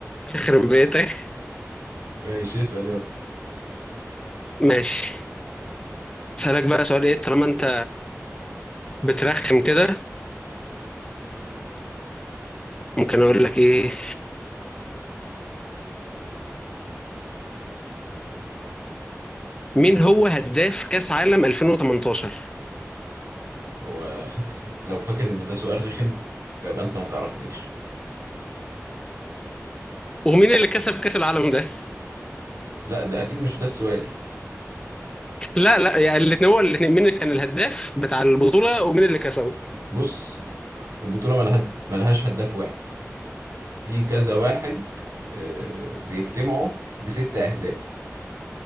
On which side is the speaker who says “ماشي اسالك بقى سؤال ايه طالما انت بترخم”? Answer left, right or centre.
Left